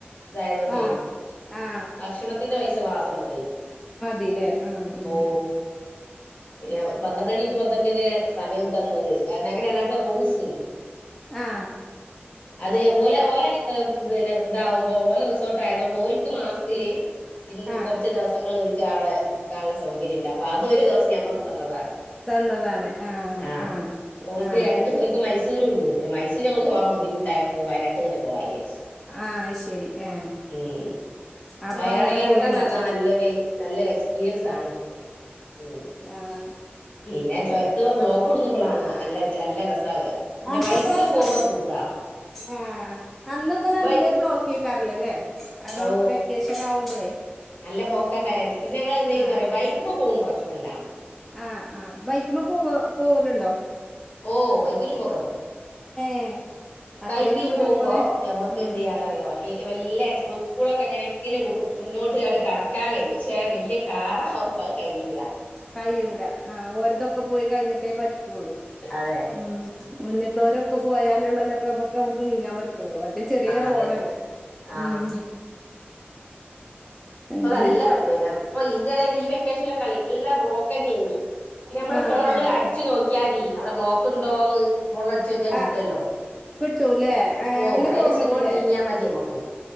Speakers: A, on the left (about 35°); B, in the centre.
A: ഇത് ആയതോണ്ടേ
B: ആ ആ
A: ഭക്ഷണത്തിന്റെ പൈസ മാത്രം മതി
B: കിട്ടിലെ ആഹ് ആഹ്
A: ഓ പിന്നെ പന്ത്രണ്ട്മണി റ്റു പന്ത്രണ്ട്മണിയരെ സമയം തന്നത് കാരണം അങ്ങനേണ് അവിട്ത്ത റൂൾസ്
B: ആഹ്
A: അത് ഓലെ ഓലെ പിന്നെ ഇതാവുമ്പോ ഓലെ റിസോർട്ട് ആയതോണ്ട് ഓൽക്ക് മാസത്തില് ഇൻ
B: ആ
A: കൊറച്ച് ദിവസങ്ങള് ഓൽക്ക് അവിടെ നിക്കാനുള്ള സൗകര്യംണ്ട് അപ്പൊ അത് ഒരു ദിവസം ഞമ്മക്ക് തന്നതാണ്
B: തന്നതാണ് ആ
A: ആഹ്
B: ആ
A: ഓൽക്ക്
B: ആ
A: രണ്ട് ഓൽക്ക് മൈസൂരുണ്ട് പിന്നെ മൈസൂര് നമുക്ക് പോവാൻ ബു ബുദ്ധിമുട്ടായപ്പോ വയനാട്ട് തന്നെ പോവാ വിയാരിച്ച്
B: ആ ശരി ആ
A: ഉം
B: അപ്പൊ
A: വയനാട്
B: അങ്ങനെ
A: യാത്രാന്ന്
B: പോയി നിന്ന്
A: പറഞ്ഞാ നല്ലൊരു നല്ലൊരു എക്സ്പീരിയൻസാണ് ഉം
B: ആഹ്
A: പിന്നെ ചൊരത്ത്മ്മെ ബ്ലോക്ക് കുടുങ്ങുമ്പളാണ് നല്ല നല്ല രസാവുക പിന്നെ
B: എന്തൊക്കെ
A: ബൈക്കുമ്മേ പോവുമ്പം സുഖാ
B: ആഹ് അന്നൊക്കെ നല്ല
A: ബൈക്ക്
B: ബ്ലോക്ക് എയ്ക്കാരല്ലല്ലേ കാരണം
A: ഓ
B: വെക്കേഷനാവുമ്പളേ
A: നല്ല ബ്ലോക്കാണ്ടായാൽ പിന്നെ ഞങ്ങള് എന്തെയ്യുന്നറിയാ
B: ആഹ്
A: ബൈക്ക്മ്മം പോവുമ്പം പ്രശ്നല്ല
B: ആഹ് ആഹ് ബൈക്ക്മ്മ പോവ പോവലുണ്ടോ?
A: ഓഹ് ബൈക്കിലും പോവാല്ണ്ട്
B: ഏഹ് അത്രയും
A: ബൈക്കിന്
B: ദൂരം
A: പോവുമ്പോ
B: കൊറെ
A: നമ്മക്ക്
B: ഉം
A: എന്ത് ചെയ്യാന്നറിയോ വെല്ലെ എടക്കൂടെക്കെ എങ്ങനെ ങ്കിലും മുന്നോട്ട്ക്കാട്ട് കടക്കാൻ കഴിയും പക്ഷെ അത് വല്ല്യ കാറാവുമ്പോ അത് കഴിയൂല
B: കഴിഴൂല ആഹ് ഓര്തൊക്കെ പോയി കഴിഞ്ഞിട്ടേ പറ്റൊള്ളൂ
A: അതെ
B: ഉം മുന്ന്ത്തോലൊക്കെ പോയാല് ഒള്ളല്ലോ ഇപ്പ നമ്മക്ക് അവിടുന്ന് നിങ്ങാൻ പറ്റു വൊള്ളു മറ്റെ ചെറിയ റോഡല്ലേ?
A: അതെ ആഹ്
B: ഉം അങ്ങനെ
A: ഇപ്പ നല്ല പിന്നെ ഇപ്പെ ഈന്റെടേല് ഈ വെക്കേഷൻലൊക്കെ നല്ല ബ്ലോക്ക് എന്നേനി പിന്നെ നമ്മള്
B: ആഹ്
A: ഫോണില്
B: ആഹ്
A: അടിച്ചു നോക്കിയാതി അവിടെ ബ്ലോക്ക് ഇണ്ടോന്ന് ഫോണില് അടിച്ച് നോക്കിയ കിട്ടുവല്ലോ?
B: ആഹ് കിട്ടൂല്ലേ? ഏഹേ
A: ഓ
B: അങ്ങനെ
A: അയിനച്ചിങ്ങോണ്ട്
B: പോവാൻ പറ്റൂലേ?
A: നീങ്ങിയാ മതി നമ്മക്ക്